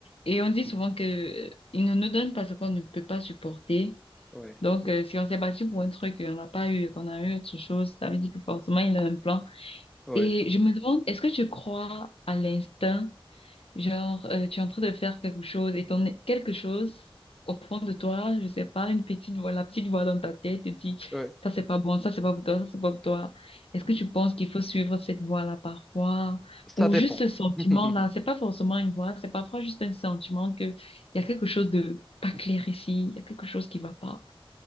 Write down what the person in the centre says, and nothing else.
ouais,
ouais,
ouais.
Ça
dépend.
<laughs>